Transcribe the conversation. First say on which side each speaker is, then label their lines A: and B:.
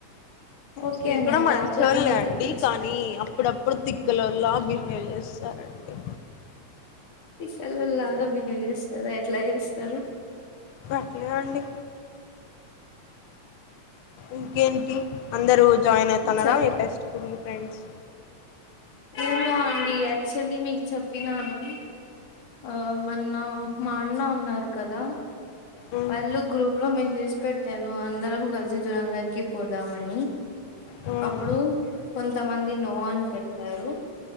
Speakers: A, on the left (about 80°); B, on the left (about 60°).
A: ఓకే
B: మీరూ
A: అండి
B: కూడా
A: అయితే
B: మంచోళ్లే
A: ఆ పిల్లతోనే తెప్పించి
B: అండి, కానీ అప్పుడప్. అప్పుడు, తిక్కలోళ్ల బిహేవ్ జేస్తారండి.
A: పిసలోల్లాగా బిహేవ్ జేస్తారా, ఎట్లా జేస్తారు?
B: అట్లే అండి. ఇంకేంటి అందరూ ఒచ్. జాయిన్ అయితన్నారా,
A: చెప్
B: ఈ ఫెస్ట్‌కూ మీ ఫ్రెండ్స్?
A: ఏమో అండి, యాక్చువల్లీ మీకు చెప్పినాను. ఆ! మన్న మా అన్న ఉన్నారు కదా.
B: మ్మ్
A: వాళ్లు గ్రూప్‌లో మెసేజ్ పెట్టారు, అందరం కలిసి దురందరికి పోదామని.
B: మ్మ్
A: అప్పుడు, కొంతమంది 'నో'అని పెట్టారు.